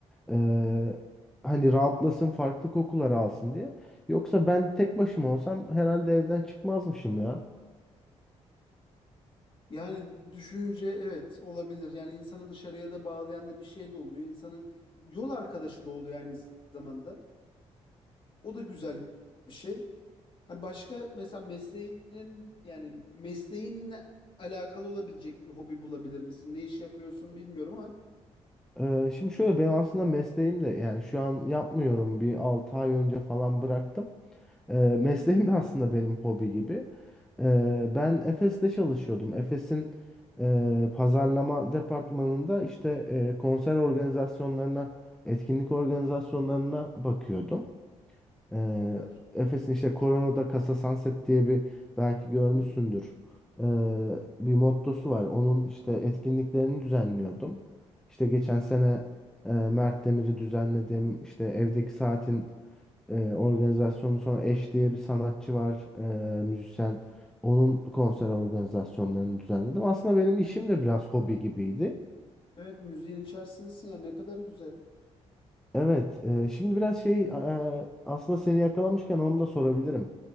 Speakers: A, in the centre; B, on the left (about 40°).
A: Ee, hani rahatlasın, farklı kokular alsın diye. Yoksa ben tek başıma olsam herhalde evden çıkmazmışım ya.
B: Yani düşünce evet olabilir. Yani insanı dışarıya da bağlayan da bir şey de oluyor. İnsanın yol arkadaşı da oluyor aynı zamanda. O da güzel bir şey. Ha başka mesela mesleğinin yani mesleğinle alakalı olabilecek bir hobi bulabilir misin? Ne iş yapıyorsun bilmiyorum ama
A: Ee, şimdi şöyle benim aslında mesleğim de yani şu an yapmıyorum. Bir 6 ay önce falan bıraktım. Ee, mesleğim de aslında benim hobi gibi. Ee, ben Efes'te çalışıyordum. Efes'in e, pazarlama departmanında işte e, konser organizasyonlarına, etkinlik organizasyonlarına bakıyordum. Ee,
B: süper.
A: Efes'in işte Corona'da Casa Sunset diye bir belki görmüşsündür.
B: Hı.
A: Ee, bir mottosu var. Onun işte etkinliklerini düzenliyordum. İşte geçen sene e, Mert Demir'i düzenledim. İşte evdeki saatin e, organizasyonu sonra Eş diye bir sanatçı var, e, müzisyen. Onun konser organizasyonlarını düzenledim. Aslında benim işim de biraz hobi gibiydi.
B: Evet müziğin içerisindesin ya ne kadar güzel.
A: Evet, e, şimdi biraz şey e, aslında seni yakalamışken onu da sorabilirim.